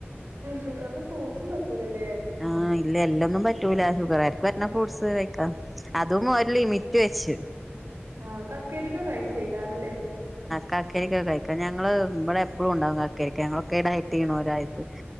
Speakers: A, on the right (about 85°); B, in the centre.
A: ഷുഗറിന് ഫ്രൂട്ട്സും പറ്റൂലല്ലേ
B: ആ ഇല്ല എല്ലൊന്നും പറ്റൂല ഷുഗരാർക്ക് പറ്റുന്ന ഫ്രൂട്സ് കഴിക്കാ. അതും ഒര ലിമിറ്റ് വെച്ച്
A: ആ കക്കരിക്കൊക്കെ കഴിച്ചേക്കാരല്ലേ?
B: കാക്കിരിക്കൊക്കെ കഴിക്കാ ഞങ്ങള് ഇവടെ എപ്പളും ഇണ്ടാവും കാക്കരിക്ക ഞങ്ങളൊക്കെ ഡൈറ്റയ്യെണോരായത്ത്